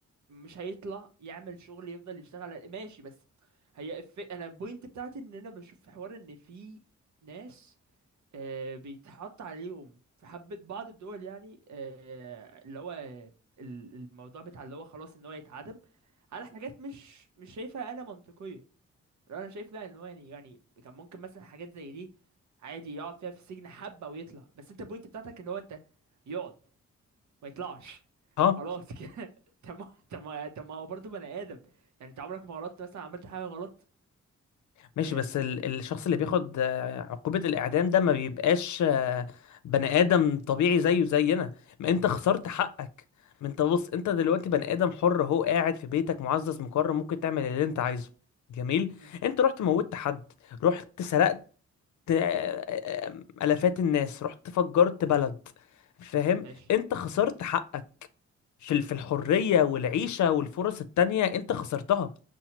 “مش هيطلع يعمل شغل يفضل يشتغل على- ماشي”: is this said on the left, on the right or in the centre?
Right